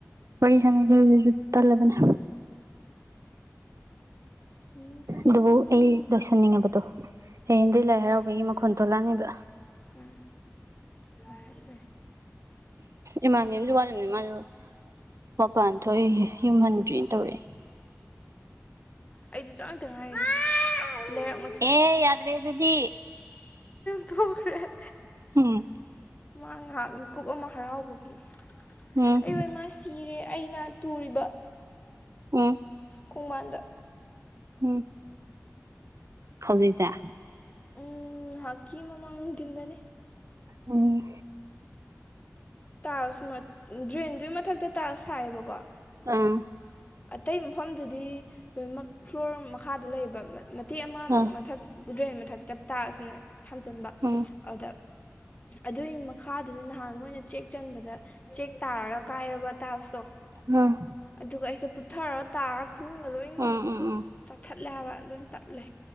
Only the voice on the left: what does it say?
ꯀꯤꯖꯩꯅꯦ
ꯎꯝ ꯑꯍꯅꯣ
ꯑꯩꯁꯨꯦ ꯆꯇ ꯉꯥꯏꯔꯤ ꯂꯩꯔꯛ
ꯊꯣꯛꯔ
ꯃꯥ ꯉꯥꯏꯍꯥꯛ ꯃꯤꯀꯨꯞ ꯑꯃ ꯍꯔꯥꯎꯕꯒꯤ
ꯑꯩ ꯑꯣꯏ ꯃꯥ ꯁꯤꯔꯦ ꯑꯩꯅ ꯇꯨꯔꯤꯕ
ꯈꯣꯡꯃꯟꯗ
ꯎꯝ ꯍꯥꯀꯤ ꯃꯃꯥꯡꯥꯡ ꯇꯗꯅꯦ
ꯇꯥꯜꯁ ꯗ꯭ꯔꯦꯟꯗꯨꯒꯤ ꯃꯊꯛꯇ ꯇꯥꯜꯁ ꯁꯥꯏꯌꯦꯕꯀꯣ
ꯑꯇꯩ ꯃꯐꯝꯗꯨꯗꯤ ꯂꯣꯏꯅꯃꯛ ꯐ꯭ꯂꯣꯔ ꯃꯈꯥꯗ ꯂꯩꯕ ꯃꯇꯦꯛ ꯑꯃ
ꯃꯊꯛ ꯒꯨꯗ꯭ꯔꯦꯟ ꯃꯊꯛꯛꯇꯞꯇꯥꯥꯁꯤꯅ ꯊꯝꯖꯤꯟꯕ
ꯑꯗ ꯑꯗꯨꯒꯤ ꯃꯈꯥꯗꯨꯗ ꯅꯍꯥꯟ ꯃꯣꯏꯅ ꯆꯦꯛ ꯆꯟꯕꯗ ꯆꯦꯛ ꯇꯥꯔꯒ ꯀꯥꯏꯔꯕ ꯇꯥꯏꯜꯁꯇꯣ
ꯑꯗꯨꯒ ꯑꯩꯁꯦ ꯄꯨꯊꯔ ꯇꯥꯔ ꯈꯨꯟꯒ ꯂꯣꯏꯅꯃꯛ
ꯆꯥꯊꯠꯂꯒ ꯂꯣꯏ ꯇꯠꯂꯦ